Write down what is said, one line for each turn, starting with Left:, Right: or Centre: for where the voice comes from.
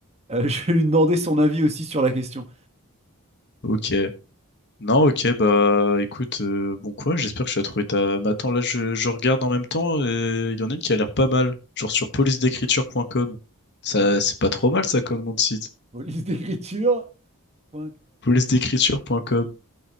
Right: Euh, <laughs> je vais lui demander son avis aussi sur la question.
Left: Ok. Non, ok, bah écoute, euh, bon quoi, j'espère que tu as trouvé ta... Mais attends, là je, je regarde en même temps et il y en a une qui a l'air pas mal, genre sur police-d'écriture.com. Ça,
Right: Hein,
Left: c'est pas trop mal ça comme nom de site,
Right: police-d'écriture.com.
Left: police-d'écriture.com.